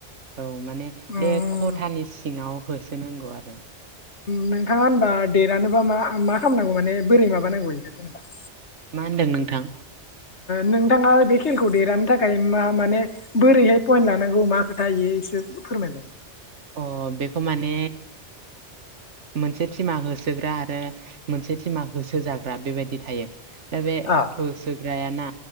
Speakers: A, on the right; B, on the left.
A: औ माने
B: उम
A: बे खथानि सिङाव होसोनांगौ आरो
B: नोंथाङा होनबा देरहानोबा मा मा खालामनांगौ माने बोरै माबानांगौ बेखौ जेनेबा
A: मा होनदों नोंथां?
B: नोंथाङा बे खेलखौ देरहानो थाखाय मा माने बोरैहाय पइन्ट लानांगौ मा खोथायायो एसेसो फोरमायहर
A: अ बेखौ माने मोनसे टिमा होसोग्रा आरो मोनसे टिमा हो सो जाग्रा बेबायदि थायो दा बे
B: आ
A: होसोग्रायाना